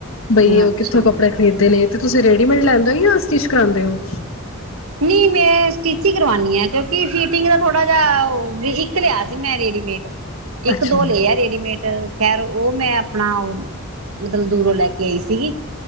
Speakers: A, on the left; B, on the right.
A: ਬਈ ਉਹ
B: ਅੱਛਾ।
A: ਕਿੱਥੋਂ ਕੱਪੜੇ ਖਰੀਦਦੇ ਨੇ ਤੁਸੀਂ ਰੈਡੀਮੇਡ ਲੈਂਦੇ ਹੋ ਜਾਂ ਸਟਿਚ ਕਰਾਦੇ ਹੋ।
B: ਨਹੀਂ ਮੈਂ ਸਟਿਚ ਹੀ ਕਰਵਾਉਣੀ ਆ ਕਿਉਂਕਿ ਫਿਟਿੰਗ ਦਾ ਥੋੜਾ ਜਿਹਾ ਓ ਇੱਕ ਲਿਆ ਸੀ ਮੈਂ ਰੇਡੀਮੇਡ। ਇੱਕ
A: ਅੱਛਾ
B: ਦੋ
A: ਹੂੰ
B: ਲਏ ਆ ਰੇਡੀਮੇਡ ਖੈਰ ਉਹ ਮੈਂ ਆਪਣਾ ਉਹ, ਮਤਲਬ ਦੂਰੋਂ ਲੈ ਕੇ ਆਈ ਸੀਗੀ।